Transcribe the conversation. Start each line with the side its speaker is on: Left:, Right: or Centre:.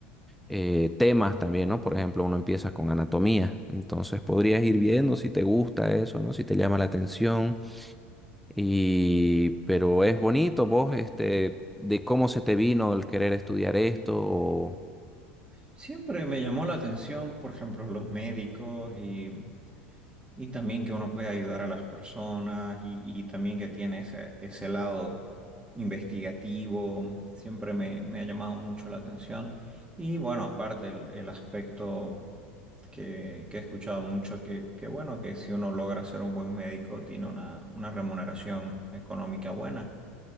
Centre: eh, temas también, ¿no? Por ejemplo, uno empieza con anatomía, entonces podrías ir viendo si te gusta eso, ¿no? Si te llama la atención y pero es bonito vos, este, de cómo se te vino el querer estudiar esto. o-
Right: Siempre me llamó la atención, por ejemplo, los médicos y, y también que uno puede ayudar a las personas y, y también que tiene ese, ese lado investigativo, siempre me, me ha llamado mucho la atención. Y bueno, aparte el, el aspecto que, que he escuchado mucho, que, que bueno, que si uno logra ser un buen médico, tiene una, una remuneración económica buena.